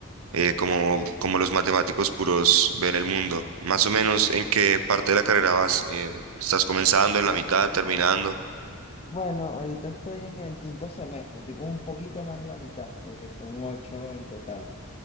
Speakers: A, on the right; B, on the left.
A: eh, como, como los matemáticos puros ven el mundo. Más o menos, ¿en qué parte de la carrera vas? Eh, ¿estás comenzando, en la mitad, terminando?
B: Bueno, ahorita estoy en el quinto semestre, estoy como un poquito más de la mitad, porque son ocho en total.